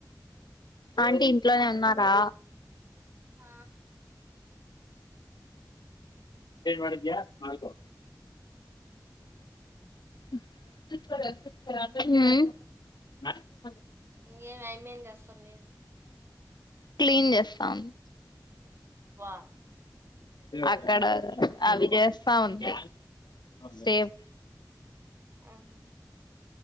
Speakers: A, on the left; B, on the right.
A: ఆంటీ ఇంట్లోనే ఉన్నారా?
B: ఆ
A: ేంమాద్యా మకు <unintelligible> <unintelligible>
B: ఇంకేమి అమ్మాయి ఏమిచేస్తుంది
A: క్లీన్ చేస్తోంది
B: వా
A: అక్కడ అవి చేస్తా ఉంది స్టే
B: ఆహా